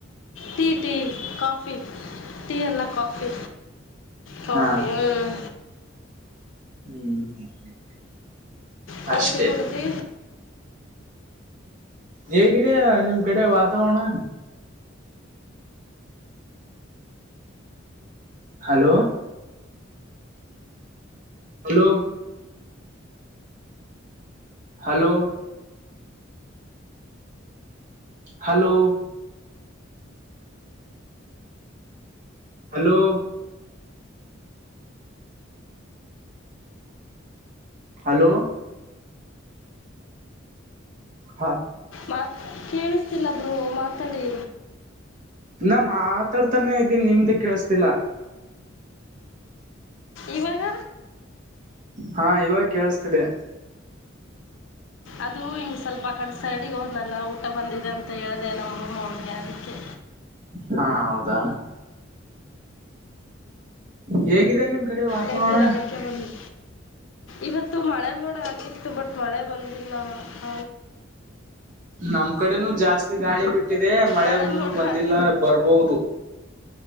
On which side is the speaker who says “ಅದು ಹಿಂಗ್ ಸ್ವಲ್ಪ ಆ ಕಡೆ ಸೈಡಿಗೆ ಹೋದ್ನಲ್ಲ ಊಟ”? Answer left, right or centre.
Left